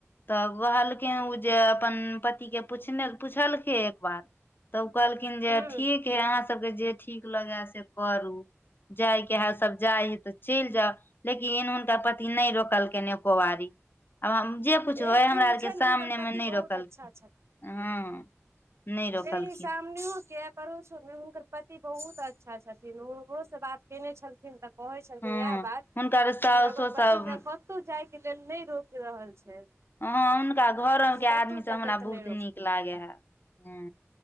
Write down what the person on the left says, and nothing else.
तब कहलखिन ओ जे अपन पति के पुछने- पुछलखिन एक बार तऽ ओ कहलखिन जे
ठीक हा अहाँ सबके जे ठीक लगै से करू जाइके हा सब जाइ हइ तऽ चलि जाउ लेकिन एन हुनका पति नहि रोकलकनि एको बारी आ हम जे कुछ तौँ
हमरा
आर
के
सामनेमे
नहि
रोकलखिन
हँ नहि रोकलखिन
हँ
हुनकर साउसो
सब
हाँ हुनका घरोके
आदमी
सब
हमरा
बहुत
नीक लागै हा हाँ